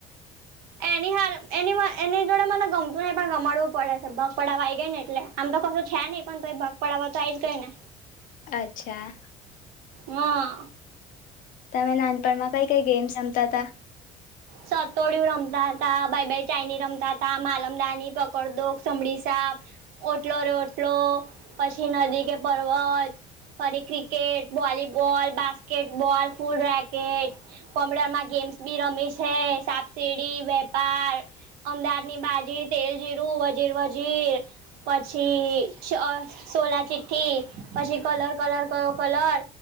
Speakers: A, on the right; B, on the left.
A: એની હ એની એની જોડે મને ગમતું નહી પણ ગમાડવું પડે છે ભગ પડવા આવી ગઈ ને એટલે આમ તો કશું છે નહીં પણ તો એ ભગ પડાવવા તો આ આવી જ ગઈ ને
B: અચ્છા
A: ના
B: તમે નાનપણમાં કઈ કઈ ગેમસ રમતા હતા
A: સતોડિું રમતા હતા ભાઈ ભાઈ ચાઈની રમતા હતા માલમદાની પકડ દોખ સમડી સાપ ઓટલો ર ઓટલો પછી નદી કે પર્વત ફરી ક્રિકેટ વોલીબોલ બાસ્કેટબોલ ફૂલ રેક કે કોમ્પ્યુટર માં ગેમ્સ બી રમે છે છે સાપસીીડી વેપાર અમદાદની બાજી તેલજીીરું વજીર વજીર પછી સોલા ચિઠ્ઠી પછી કલર કલર ક કલર